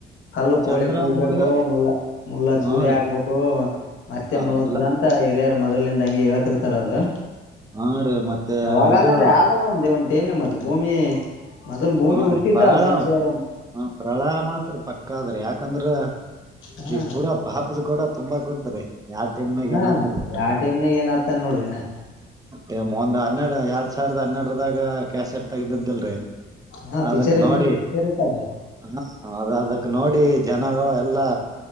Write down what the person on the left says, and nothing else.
ಕಲ್ಲು ಕೋಳಿ
ಕೂಗ್ಬೇಕು
ಮುಲ್ಲ ಮುಲ್ಲ ಚೂರಿ
ಹಾಕ್ಬೇಕು ಮತ್ತೆ
ಮುಣಗ್ತದ ಅಂತ ಹಿರಿಯರ್ ಮೊದ್ಲಿಂದ ಹಂಗಿ ಹೇತಿರ್ತಾರ ಅದು
ಯಾವಾಗ
ಅದನ್ರಿ ಆದದ ಒಂದ್ ಒಂದ್ ಮತ್ ಭೂಮಿ ಮೊದಲು ಭೂಮಿ
ಹುಟ್ಟಿದ್ದ
ಅ ಮನುಷ್ಯ
ಹಾ
ಹಾ
ಯಾವ ಟೈಮ್ನಾಗ ಏನ್ ಆತದ್ ನೋಡ್ರಿ ಇನ್ನ
ಹಾ
ಬಿದ್ದಿ ಇತ್ತಲ್ರಿ